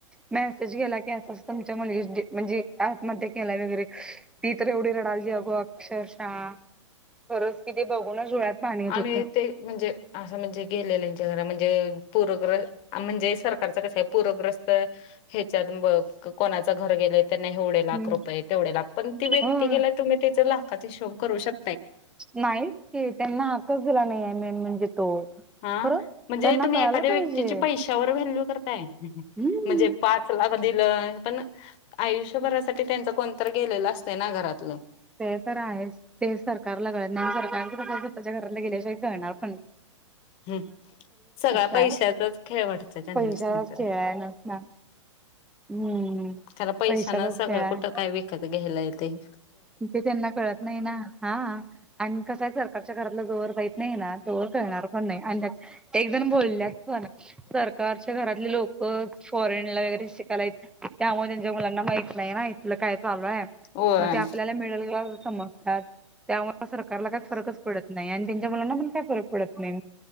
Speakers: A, in the centre; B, on the left (about 35°).
A: मेसेज गेला की असं असं तुमच्या मुलगीच डे म्हणजे आत्महत्या केलाय वगैरे ती तर एवढी रडालती अग अक्षरशः खरच कि ती बघूनच डोळ्यात पाणी येत
B: आम्ही
A: होतं.
B: ते म्हणजे असं म्हणजे गेलेल्यांच्या घरा म्हणजे पूरग्र म्हणजे सरकारच कस आहे पूरग्रस्त हे, चालून कोणाचं घर गेलय. त्यांना एवढे लाख
A: हम्म
B: रुपय, तेवढे लाख पण ती व्यक्ती
A: होय
B: गेलाय. तुम्ही त्याच लाखात हिशोब करू शक
A: नाहीच की, त्यांना हक्कच दिला नाही मेन म्हणजे तो
B: हा,
A: खरं
B: म्हणजे
A: त्यांना
B: तुम्ही
A: कळायला
B: एखाद्या
A: पाहिजे
B: व्यक्तीची पैशावर व्हॅल्यू करताय
A: <unintelligible>
B: म्हणजे पाच लाख दिलय. पण आयुष्यभरासाठी त्यांच कोण तर गेलेलं असत ना घरातल.
A: ते तर आहेच. ते सरकारला कळत नाही. सरकारच स्वतःच्या घराला गेल्याशिवाय कळणार पण नाही.
B: हम्म, सगळा पैशाचाच
A: आहे
B: खेळ वाटतोय तेनासनी
A: पैशाचाच
B: तरी,
A: खेळ आहे ना. हम्म.
B: त्याला पैशान
A: पैशाचाच
B: सगळं
A: खेळ आहे.
B: कुठं काय विकत घ्यायला येतय.
A: ते त्यांना कळत नाही ना, हा, आणि कस हाय, सरकारच्या घरातलं जोवर जात नाही ना, तोवर कळणार पण नाही आणि एकजण बोलल्यात पण, सरकारच्या घरातले लोक फॉरेनला वगैरे शिकायला येतात. त्यामुळ त्यांच्या मुलांना माहित नाही. ना इथलं काय चालू हाय
B: होय
A: मग त्या आप त्याला मिडल लोल समजतात. त्यामुळे सरकारला काय फरकच पडत नाही. आणि त्यांच्या मुलांना पण काय फरक पडत नाही.